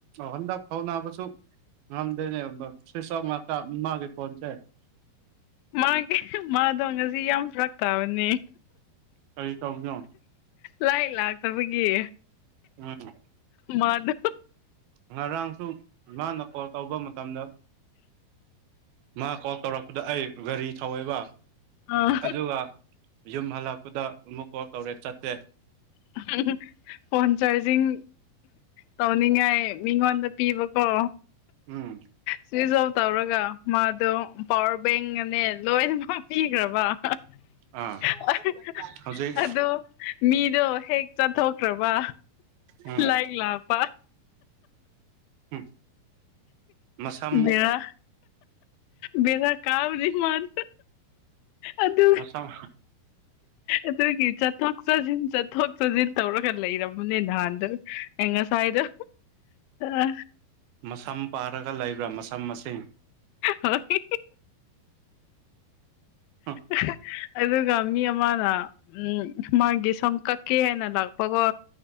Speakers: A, on the right; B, on the left.
A: ꯍꯟꯗꯛ ꯐꯥꯎ ꯅꯥꯕꯁꯨ ꯉꯝꯗꯦꯅꯦ ꯁꯋꯤꯠꯁ ꯑꯣꯞ ꯉꯥꯛꯇ ꯃꯥꯒꯤ ꯐꯣꯟꯁꯦ
B: ꯃꯥꯒꯤ ꯃꯥꯗꯣ ꯉꯁꯤ ꯌꯥꯝ ꯐꯔꯛ ꯇꯥꯕꯅꯦ
A: ꯀꯔꯤ ꯇꯧꯕꯅꯣ
B: ꯂꯥꯏꯛ ꯂꯥꯛꯇꯕꯒꯤ
A: ꯎꯝ
B: ꯃꯥꯗꯣ
A: ꯉꯔꯥꯡꯁꯨ ꯃꯥꯅ ꯀꯣꯜ ꯇꯧꯕ ꯃꯇꯝꯗ ꯃꯥ ꯀꯣꯜ ꯇꯧꯔꯛꯄꯗꯣ ꯑꯩ ꯒꯥꯔꯤ ꯊꯧꯋꯦꯕ
B: ꯑꯥ
A: ꯑꯗꯨꯒ ꯌꯨꯝ ꯍꯜꯂꯛꯄꯗ ꯑꯃꯨꯛ ꯀꯣꯜ ꯇꯧꯔꯦ ꯆꯠꯇꯦ
B: <unintelligible> ꯐꯣꯟ ꯆꯥꯔꯖꯤꯡ ꯇꯧꯅꯤꯡꯉꯥꯏ ꯃꯤꯉꯣꯟꯗ ꯄꯤꯕꯀꯣ
A: ꯎꯝ
B: ꯁ꯭ꯋꯤꯁ ꯑꯣꯐ ꯇꯧꯔꯒ ꯃꯥꯗꯣ ꯄꯋꯥꯔ ꯕꯦꯡꯒꯅꯦ ꯂꯣꯏꯅꯃꯛ ꯄꯤꯈ꯭ꯔꯕ <unintelligible>
A: ꯑꯥ ꯍꯧꯖꯤꯛ
B: ꯑꯗꯣ ꯃꯤꯗꯣ ꯍꯦꯛ ꯆꯠꯊꯣꯛꯈ꯭ꯔꯕ
A: ꯎꯝ
B: ꯂꯥꯏꯛ ꯂꯥꯛꯄ
A: ꯎꯝ ꯃꯁꯝ
B: ꯕꯦꯔꯥ ꯕꯦꯔꯥ ꯀꯥꯕꯅꯤ ꯃꯥꯗꯤ ꯑꯗꯨ
A: ꯅꯥꯁꯝ
B: ꯑꯗꯨꯒꯤ ꯆꯠꯊꯣꯛ ꯆꯠꯁꯤꯟ ꯆꯠꯊꯣꯛ ꯆꯠꯁꯤꯟ ꯇꯧꯔꯒ ꯂꯩꯔꯕꯅꯦ ꯅꯍꯥꯟꯗꯨ ꯑꯩ ꯉꯁꯥꯏꯗꯣ ꯑ
A: ꯃꯁꯝ ꯄꯥꯔꯒ ꯂꯩꯕ꯭ꯔꯥ ꯃꯁꯝ ꯃꯁꯤꯡ
B: ꯍꯣꯏ
A: ꯎꯝ ꯎꯝ
B: <inaudible> ꯑꯗꯨꯒ ꯃꯤ ꯑꯃꯅ ꯎ ꯃꯥꯒꯤ ꯁꯝ ꯀꯛꯀꯦꯅ ꯂꯥꯛꯄꯀꯣ